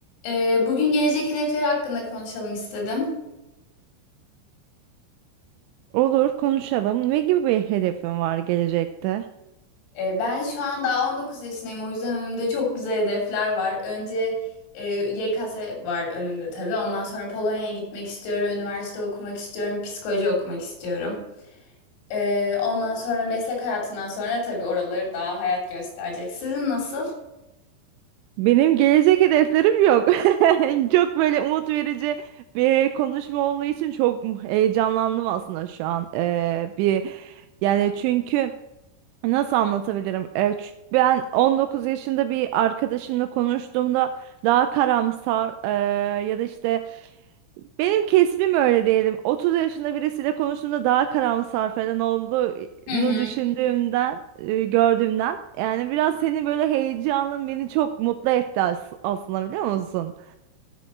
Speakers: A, on the left; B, on the right.
A: Ee, bugün gelecek hedefleri hakkında konuşalım istedim.
B: Olur, konuşalım. Ne gibi bir hedefin var gelecekte?
A: Ee, ben şu an daha 19 yaşındayım o yüzden önümde çok güzel hedefler var. Önce e, YKS var önümde tabii. Ondan sonra Polonya'ya gitmek istiyorum, üniversite okumak istiyorum, psikoloji okumak istiyorum. Ee, ondan sonra meslek hayatından sonra tabii oraları daha hayat gösterecek. Sizin nasıl?
B: Benim gelecek hedeflerim yok. <laughs> Çok böyle umut verici bir konuşma olduğu için çok heyecanlandım aslında şu an. Ee, bir yani çünkü nasıl anlatabilirim? Ee, ç- ben 19 yaşında bir arkadaşımla konuştuğumda daha karamsar ee, ya da işte Benim kesbim öyle diyelim. 30 yaşında birisiyle konuştuğumda daha karamsar falan olduğunu
A: Hı hı.
B: düşündüğümden, e, gördüğümden. Yani biraz senin böyle heyecanın beni çok mutlu etti as- aslında biliyor musun?